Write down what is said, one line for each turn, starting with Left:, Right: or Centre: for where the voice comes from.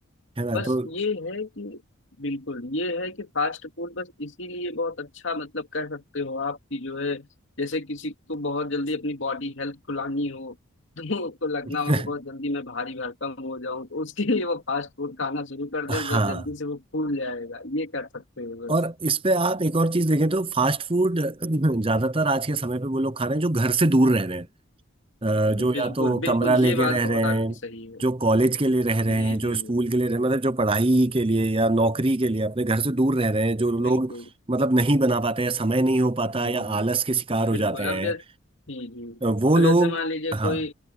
Right: है ना
Left: बस
Right: तो
Left: ये है कि बिल्कुल ये है कि फास्ट फूड बस इसीलिए बहुत अच्छा मतलब कह सकते हो आपकी जो है जैसे किसी को बहुत जल्दी अपनी बॉडी हेल्थ खुलानी हो तो उसको लगना
Right: <laughs>
Left: हो कि बहुत जल्दी मैं भारी भरकम हो जाऊं तो उसके लिए वो फास्ट फूड खाना शुरू कर दे
Right: हाँ
Left: बस जल्दी से वो फूल जाएगा ये कर सकते हो बस
Right: और इस पे आप एक और चीज देखें तो फास्ट फूड <clears throat> ज्यादातर आज के समय पे वो लोग खा रहे हैं जो घर से दूर रह रहे हैं अ, जो या
Left: बिल्कुल
Right: तो
Left: बिल्कुल
Right: कमरा लेके
Left: ये बात
Right: रह
Left: बहुत
Right: रहे
Left: आपकी
Right: हैं
Left: सही है
Right: जो कॉलेज के लिए रह रहे
Left: जी
Right: हैं जो
Left: जी
Right: स्कूल के लिए रह मतलब जो पढ़ाई के लिए या नौकरी के लिए अपने घर से दूर रह रहे हैं जो लोग
Left: बिल्कुल
Right: मतलब नहीं बना पाते हैं समय नहीं हो पाता
Left: हम्म
Right: या आलस के शिकार हो
Left: बिल्कुल
Right: जाते हैं
Left: अब जैसे जी जी
Right: वो
Left: अब
Right: लोग
Left: जैसे मान लीजिए
Right: हाँ
Left: कोई